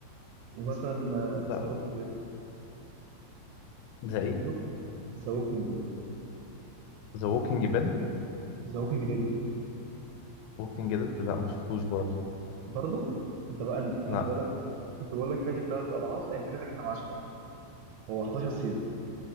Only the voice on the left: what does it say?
لا
زي
ايه
ذا ووكينج ديد
ووكينج ديد لا ما شفتوش برضه
لا